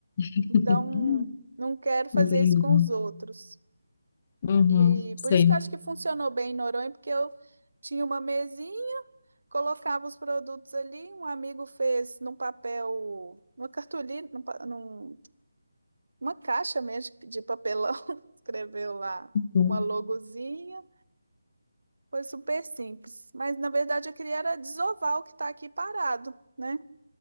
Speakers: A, on the left (about 25°); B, on the right (about 80°).
A: <laughs>
B: Então, não quero fazer
A: Entendi.
B: isso com os outros.
A: Uhum.
B: E aí,
A: Sei.
B: por isso que eu acho que funcionou bem em Noronha, porque eu tinha uma mesinha, colocava os produtos ali, um amigo fez num papel, numa cartolina, num, pa- num- uma caixa mesmo de papelão, <laughs> escreveu lá
A: Uhum.
B: uma logozinha. Foi super simples. Mas na verdade eu queria era desovar o que está aqui parado, né?